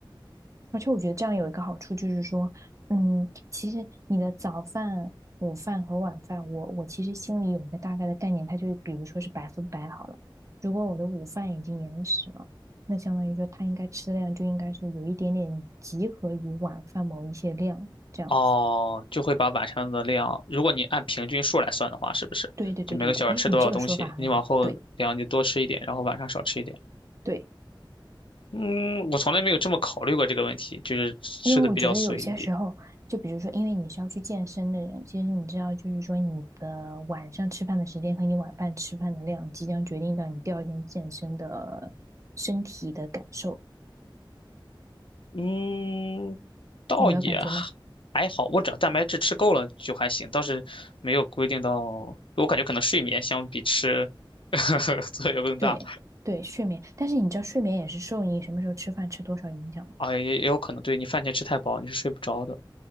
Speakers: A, on the right (about 35°); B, on the left (about 85°).
A: 而且我觉得这样有一个好处就是说，嗯，其实你的早饭、午饭和晚饭，我我其实心里有一个大概的概念，它就比如说是百分百好了。如果我的午饭已经延迟了，那相当于说它应该吃的量就应该是有一点点集合于晚饭某一些量这样子。
B: 哦，就会把晚上的量，如果你按平均数来算的话，是不是？
A: 对对对对对，
B: 就每个小时吃多少东西，
A: 哎，你这个说法很好，
B: 你往后量就多吃一点，
A: 对
B: 然后晚上少吃一点。
A: 对，
B: 嗯，我从来没有这么考虑过这个问题，就是吃的比较随意。
A: 因为我觉得有些时候，就比如说，因为你是要去健身的人，其实你知道，就是说你的晚上吃饭的时间和你晚饭吃饭的量，即将决定到你第二天健身的身体的感受，
B: 嗯，倒也
A: 你有没有感觉吗？
B: 还好，我只要蛋白质吃够了就还行，倒是没有规定到。我感觉可能睡眠相比吃 <laughs> 作用更大
A: 对对，睡眠，但是你知道，睡眠也是受你什么时候吃饭吃多少影响吗？
B: 啊，也也有可能对你饭前吃太饱你是睡不着的，